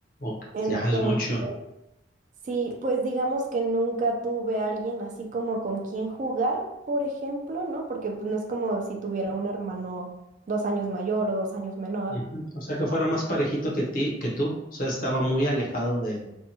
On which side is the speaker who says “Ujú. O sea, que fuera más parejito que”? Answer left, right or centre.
Left